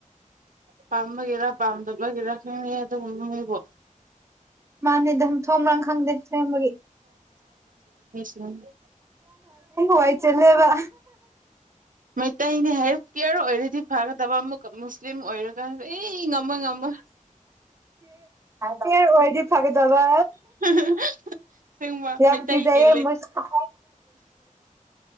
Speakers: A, on the right; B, on the right.
A: ꯄꯥꯝꯕꯒꯔ ꯄꯥꯝꯗꯨꯂꯒꯔ ꯈ ꯑꯗꯨ ꯎꯉꯕꯣ
B: ꯃꯥꯅꯤꯗꯝ ꯊꯣꯕ꯭ꯔꯥ ꯈꯪꯗꯦ ꯁꯦꯝꯕꯒꯤ
A: ꯎꯝ
B: ꯋꯥꯏ ꯆꯦꯅꯦꯕ
A: ꯃꯩꯇꯩꯅꯤ ꯍꯥꯏ ꯄꯤꯌꯔ ꯑꯣꯏꯔꯗꯤ ꯐꯒꯗꯕ ꯑꯃꯨꯛꯀ ꯃꯨꯁꯂꯤꯝ ꯑꯣꯏꯔꯒ ꯑꯦ ꯉꯝꯕ ꯉꯝꯕ
B: ꯀꯦ ꯑꯣꯏꯥꯏꯗꯤ ꯐꯒꯦꯗꯕ
A: <unintelligible>
B: ꯍ
A: ꯃꯩꯇꯩꯒꯤ
B: ꯀꯖꯌꯦꯦ
A: ꯂꯤꯟ
B: ꯃꯁ